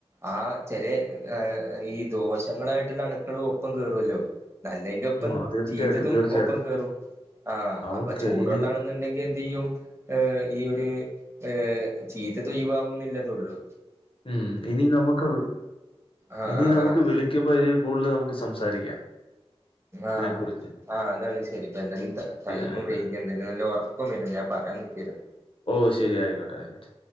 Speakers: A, on the right; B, on the left.
A: ആ ചെലെ ഏ ഈ ദോഷങ്ങളായിട്ടുള്ള അണുക്കളും ഒപ്പം കേറുവല്ലോ നല്ലെയിന്റെപ്പം
B: ആ തീർച്ചയായിട്ടും
A: ചീത്തതും
B: തീർച്ചയായിട്ടും
A: ഒപ്പം കേറും ആ അപ്പൊ
B: ഓക്കെ
A: ചൂടുവെള്ളാണ്
B: ഇനി
A: ന്ന്ണ്ടെങ്കിൽ എന്തെയ്യും ഏ ഈ ഒരു ഏ ചീത്ത തൊഴിവാവുംന്നില്ലതുള്ളു
B: ഉം ഇനി നമുക്ക്
A: ആഹ് ആഹ്
B: ഇനി നമുക്ക്
A: ആഹ്
B: വിളിക്കുമ്പോ ഇതിൽ കൂടുതൽ നമുക്ക് സംസാരിക്കാം
A: ആഹ്
B: ഇതിനെ കുറിച്ച്
A: ആഹ് അതാണ് ശരിപ്പന്താലും ട്ട ടൈമും
B: ആയിക്കോട്ടെ.
A: വൈകി എന്തായാലും നല്ല ഉറക്കവും ഞാൻ പറയാൻ നിക്കാരുന്നു
B: ഓ ശെരി ആയിക്കോട്ടെ ആയിക്കോട്ടെ